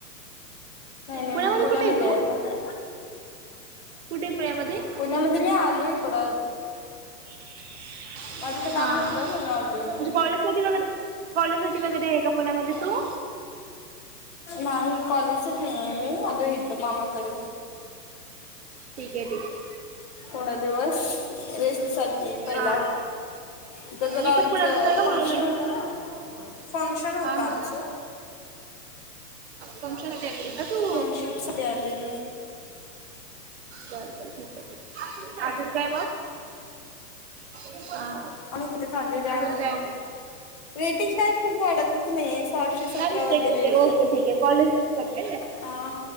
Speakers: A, on the left; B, on the right.
A: नाही नाही
B: पुण्यामध्ये
A: मी
B: कुठे आहे तू?
A: आता
B: कुठे ये पुण्यामधी?
A: पुण्यामध्ये मी आलोय ईकड
B: <unintelligible>
A: कॉलेजचे काम
B: हा
A: होत, म्हणून आलोय
B: म्हणजे
A: मी.
B: कॉलेजसाठी वगैरे कॉलेजसाठी वगैरे आहे का पुण्यामध्ये तू?
A: नाही कॉलेजसाठी य मी अल येतो मामाकडे
B: ठीक आहे ठीक आहे.
A: थोडा दिवस रेस्टसाठी पहिला.
B: हा
A: इथ जरा
B: मी
A: आमचं
B: पण पुण्यातच आहे का म्हणून
A: फंक्शन
B: म्हण
A: होत ना. फंक्शन होत
B: हा हा.
A: आमच
B: फंक्शन अटेंड केली का तू?
A: फंक्शन साठी आले मी.
B: बर बर ठीक आहे, अजून काय मग! ह
A: आणि कुठे झालेले आहे
B: अजून काय नाही.
A: रेटिंग काय खुप वाढतच नाही सहाशे सतरावर
B: चालेल चेक
A: वगैरे
B: करते
A: येतय.
B: ओके ठीक आहे कॉलेज कट करते ना.
A: अं